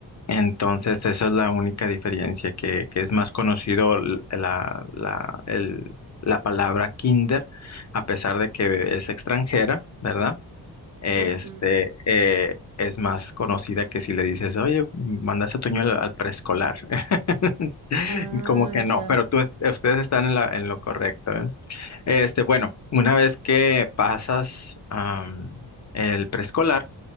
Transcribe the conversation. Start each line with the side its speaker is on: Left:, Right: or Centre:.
Left: entonces, esa es la única diferencia, que, que es más conocido l- la, la, el- la palabra kinder, a pesar de que es extranjera, ¿verdad? Este,
Right: Ujú.
Left: eh, es más conocida que si le dices, oye, mandas a Toño al, al preescolar. <laughs>
Right: Ah,
Left: Como que no,
Right: ya.
Left: pero tú, ustedes están en la, en lo correcto, ¿eh? Este, bueno, una vez que pasas, am, el preescolar,